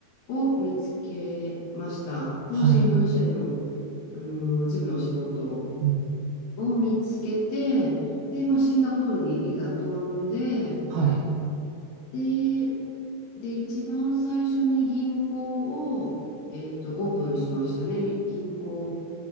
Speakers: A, on the left; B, on the right.
A: を見つけました。その新聞社での、
B: はい、
A: あの事務のお仕事
B: うん、
A: を見つけて、で、まあ、シンガポールにいざ飛んで、
B: はい、
A: で、で、一番最初に銀行を、えっと、オープンしましたね。び銀行。